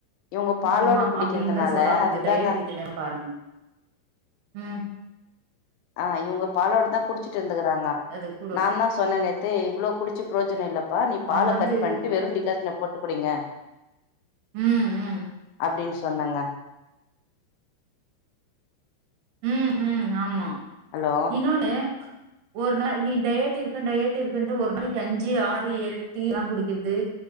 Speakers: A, on the left; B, on the right.
A: இவங்க
B: முக்கியமா
A: பாலோட குடிக்கிறதுனால
B: அப்டின்தா சொல்றாங்க
A: அதுதாங்க
B: இந்த டயட் இதுல பாருங்கோ உம்
A: ஆஹ் இவங்க பாலாட தான் குடிச் குடிச்சிட்டு வந்துக்கறாங்க
B: அது கூடு
A: நான் என்னா சொன்னே நேத்து இவ்ளோ குடிச்சு பிரயோஜன இல்ல பா நீ
B: அவங்க
A: பால
B: வந்து
A: கட் பண்ட்டு வெறு டிக்காஷன போட்டு குடிங்க
B: உம் உம்
A: அப்டின்னு சொன்னங்க
B: ம் உம் ஆமா
A: ஹலோ
B: இன்னொன்னு ஒரு நாள் நீ டயட் இருக்க டயட் இருக்கன்ட்டு ஒரு நாளைக்கு அஞ்சு ஆறு எழு டீ ளா குடிக்குது